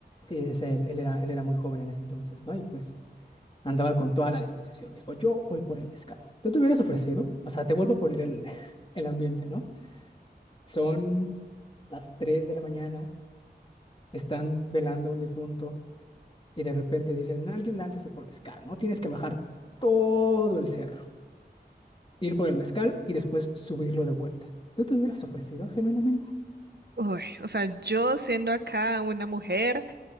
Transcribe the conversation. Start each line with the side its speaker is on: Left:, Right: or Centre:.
Left: Sí, es él, él era, él era muy joven en ese entonces, ¿no? Y pues andaba con toda la disposición. Dijo, yo voy por el mezcal. ¿Tú te hubieras ofrecido? O sea, te vuelvo a poner el, <laughs> el ambiente, ¿no? Son las 3 de la mañana, están velando a un difunto y de repente dicen, alguien láncese por mezcal, ¿no? Tienes que bajar todo el cerro, ir por el mezcal y después subirlo de vuelta. ¿Tú te hubieras ofrecido genuinamente?
Right: Uy, o sea, yo siendo acá una mujer